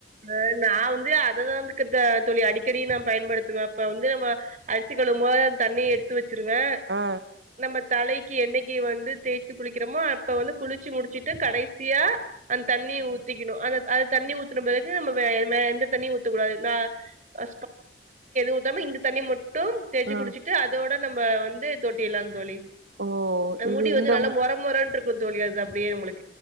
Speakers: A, on the right; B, on the right.
A: ஆஹ் நான் வந்து அததான்க்கு தோழி அடிக்கடி நான் பயன்படுத்துவேன் அப்ப வந்து நம்ம அரிசி கழுவும் தண்ணிய எடுத்து வச்ச வச்சிருவேன்
B: ஆ
A: நம்ம தலைக்கு எண்ணிக்கிவந்து தேய்ச்சு குளிக்கிறோமோ அப்ப வந்து குளிச்சு முடிச்சிட்டு கடைசி சியா அந்த தண்ணி ஊத்திகணும் அ அது தண்ணி உத் நம்ம எந்த தண்ணியும் ஊத்துக்கூடாது ந <inaudible> ஊத்தாம இந்த தண்ணி <inaudible> தேயிச்சு
B: ஆ
A: குடிச்சிட்டு அதோட நம்ம வந்து தோட்டி எல்லாம் தோழி
B: ஓ இது
A: முடி வந்து
B: இந்த
A: நல்லா மோர மோர இருக்கு கொது தோழி அப்டியே உங்களுக்கு